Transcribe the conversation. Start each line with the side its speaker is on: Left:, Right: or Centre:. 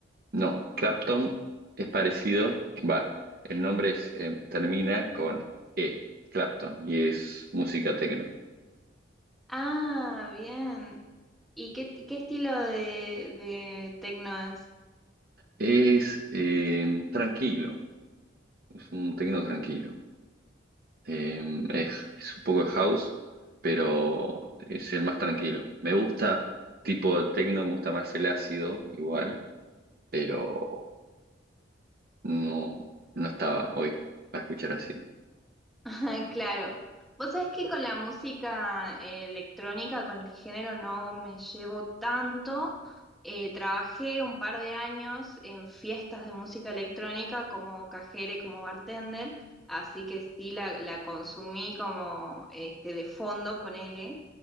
Right: No, Clapton es parecido. Va, el nombre es, eh, termina con E, Clapton, y es música tecno.
Centre: Ah, bien. ¿Y qué, qué estilo de, de tecno es?
Right: Es eh, tranquilo, es un tecno tranquilo. en- es, es un poco de house, pero es el más tranquilo. Me gusta tipo techno, me gusta más el ácido igual, pero no, no estaba hoy para escuchar ácido.
Centre: <laughs> Claro. Vos sabés que con la música eh, electrónica, con el género, no me llevo tanto. Eh, trabajé un par de años en fiestas de música electrónica como cajera y como bartender, así que sí la, la consumí como este, de fondo, ponele